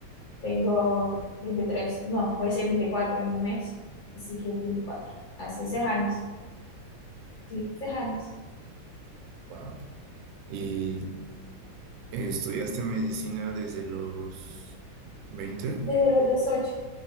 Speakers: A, on the left; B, on the right.
A: tengo 23 no, voy a ser 24 en un mes, así que 24 hace 6 años, sí, 6 años,
B: Wow. ¿Y eh, estudiaste medicina desde los veinte
A: desde los 18.